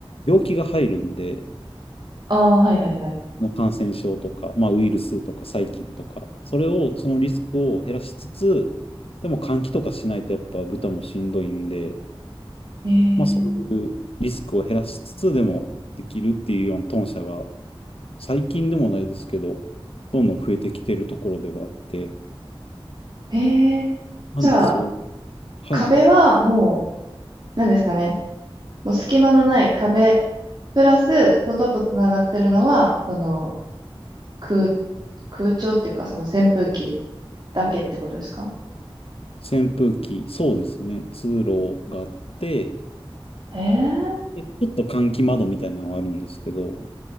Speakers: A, on the left; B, on the right.
A: 病気が入るんで、
B: ああ、はいはいはい。
A: あの感染症とか、まあ、ウイルスとか細菌とか、それを、そのリスクを減らしつつ、でも換気とかしないとやっぱ豚もしんどいんで、
B: えー、
A: まあそういうリスクを減らしつつでもできるっていうようなトン社が最近でもないですけど、どんどん増えてきてるところではあって、
B: えー、
A: なんでそう、
B: じゃあ、
A: はい、
B: 壁はもう、なんですかね。もう隙間のない壁、プラス、外とつながってるのは、その、空、空調っていうか、その扇風機だけってことですか
A: 扇風機、そうですね、通路があって、
B: へえ。
A: でちょっと換気窓みたいなのはあるんですけど、